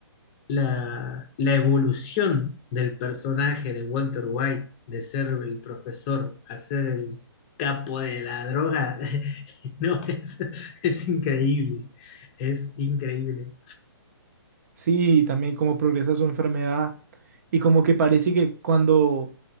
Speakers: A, on the left (about 25°); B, on the right (about 40°).
A: la, la evolución del personaje de Walter White, de ser el profesor a ser el capo de la droga, <laughs> no, es, es increíble, es increíble.
B: Sí, y también cómo progresa su enfermedad. Y como que parece que cuando,